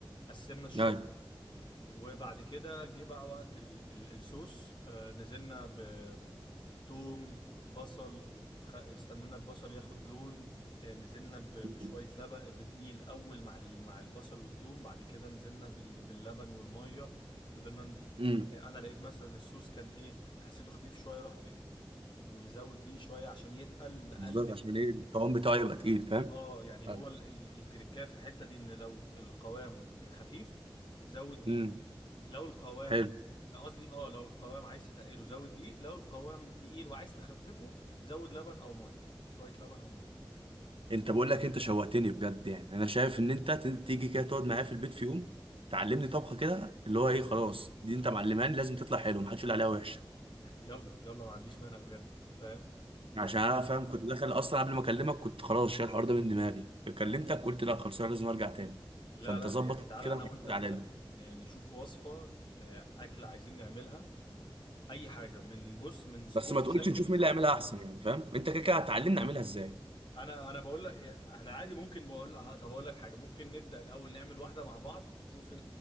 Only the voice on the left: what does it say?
قسمنا الشغل
وبعد كده جه بقى وقت ال ال الصوص آه نزلنا ب توم بصل خ... استنينا البصل ياخد لون آه نزلنا ب بشوية
لبن بدقيق الأول مع ال مع البصل والتوم بعد كده نزلنا بال باللبن والمية فضلنا ن-
آه، أنا لقيت مثلا الصوص كان إيه حسيته خفيف شوية رحت مزود دي شوية عشان يتقل نقلب
اه يعني
هو ال- ال- التركايه في الحتة دي ان لو القوام خفيف زود دي
لو القوام
قصدي اه لو القوام عايز تقله زود دقيق لو القوام تقيل وعايز تخففه زود لبن او ميه شويه لبن او ميه
يلا يلا ما عنديش مانع بجد فاهم
يعني
لا
لا
يعني تعالى
انا
وانت بجد
ن- نشوف وصفه آه، اكله عايزين نعملها اي حاجه من بص من سجق
شرقي
انا انا بقول لك احنا عادي ممكن بقول أه، طب اقول لك حاجه ممكن نبدا الاول نعمل واحده مع بعض تشوف